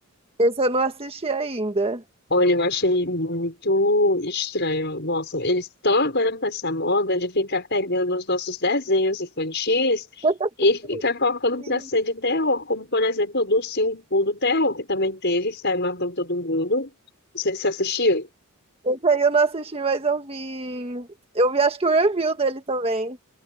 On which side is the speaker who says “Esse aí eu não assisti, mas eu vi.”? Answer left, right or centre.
Right